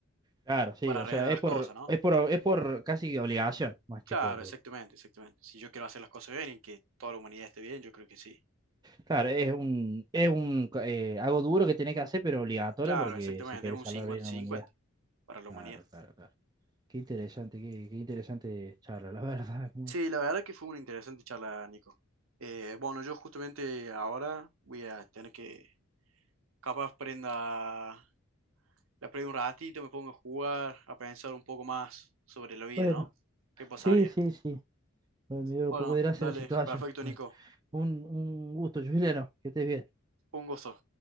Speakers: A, on the right; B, on the right.
A: Claro, sí,
B: para
A: o
B: arreglar
A: sea,
B: las
A: es por,
B: cosas, ¿no?
A: es por, es por casi obligación, más que
B: Claro,
A: por...
B: exactamente, exactamente. Si yo quiero hacer las cosas bien y que toda la humanidad esté bien, yo creo que sí.
A: Claro, es un, es un eh, algo duro que tenés que hacer, pero obligatorio
B: Claro,
A: porque
B: exactamente,
A: si quieres
B: es un
A: salvar
B: cincuenta-cincuenta
A: bien a la humanidad.
B: para la
A: Claro,
B: humanidad.
A: claro, claro. Qué interesante, qué, qué interesante charla, la <laughs> verdad. es muy-
B: Sí, la verdad que fue una interesante charla, Nico. Eh, bueno, yo justamente ahora voy a tener que, capaz prenda, la prendo un ratito, me pongo a jugar, a pensar un poco más sobre la vida,
A: Bueno,
B: ¿no? ¿Qué pasaría?
A: sí, sí, sí. Bueno, me dio
B: Bueno,
A: un poco de gracia
B: dale,
A: la situación.
B: perfecto,
A: Bueno,
B: Nico.
A: un, un gusto, Juliano, que estés bien.
B: Un gusto.